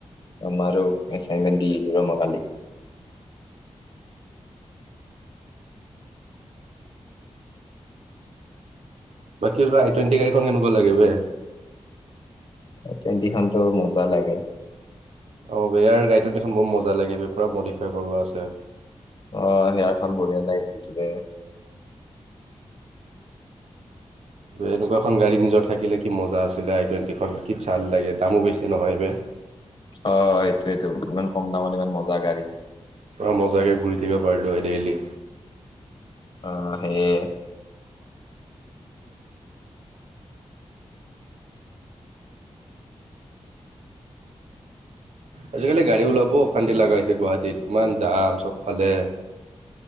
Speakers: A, on the left; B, on the right.
A: আমাৰো এছাইনমেণ্ট দি ৰম কালি।
B: বাকী আই টুৱেণ্টি গাড়ীখন কেনেকুৱা লাগে বে।
A: আই টোৱেন্তিখনটো মজা লাগে।
B: অ বেয়া হৈ যায়, কিন্তু গাড়ীটো দেখোন বৰ মজা লাগে, পুৰা মডিফাই কৰোৱা আছে।
A: অ সেয়াখন বঢ়িয়া নাই কিন্ত দে।
B: এনেকুৱা এখন গাড়ী নিজৰ থাকিলে কি মজা আছিলে হয়, আই টুৱেণ্টিখন কি চাল লাগে দামো বেছি নহয় হে।
A: অ এইটোৱেটো ইমান কম দামত ইমান মজা গাড়ী।
B: পূৰা মজাকে ঘূৰি থাকিব পাৰিলোঁ হয় ডেইলি।
A: অ সেইয়াই।।
B: আজিকালি গাড়ী ওলাব অশান্তি লগা হৈছে, গুৱাহাটীত ইমান জাম চবফালে।